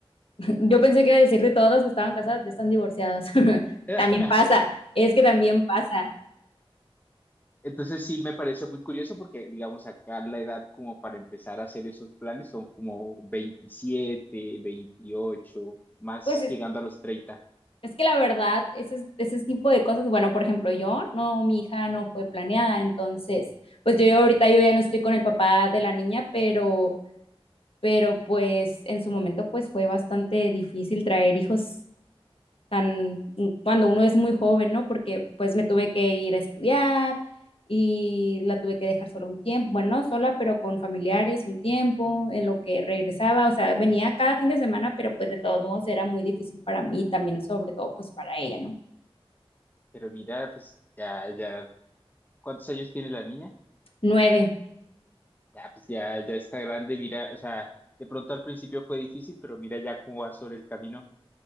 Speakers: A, on the left (about 70°); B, on the left (about 15°).
A: <laughs> Yo pensé que iba a decir de todas las que estaban casadas, ya están divorciadas. <laughs>
B: <laughs>
A: También pasa, es que también pasa.
B: Entonces sí me parece muy curioso porque, digamos, acá la edad como para empezar a hacer esos planes son como 27, veintiocho más
A: Pues es,
B: llegando a los 30.
A: es que la verdad, ese, ese tipo de cosas, bueno, por ejemplo, yo, no, mi hija no fue planeada, entonces, pues yo, yo ahorita yo ya no estoy con el papá de la niña, pero, pero pues en su momento pues fue bastante difícil traer hijos tan mm, cuando uno es muy joven, ¿no? Porque pues me tuve que ir a estudiar y la tuve que dejar sola un tiempo, bueno, no sola, pero con familiares un tiempo, en lo que regresaba, o sea, venía cada fin de semana, pero pues de todos modos era muy difícil para mí y también sobre todo pues para ella, ¿no?
B: Pero mira, pues ya, ya, ¿cuántos años tiene la niña?
A: Nueve,
B: Ya, pues ya, ya está grande, mira, o sea, de pronto al principio fue difícil, pero mira ya cómo va sobre el camino.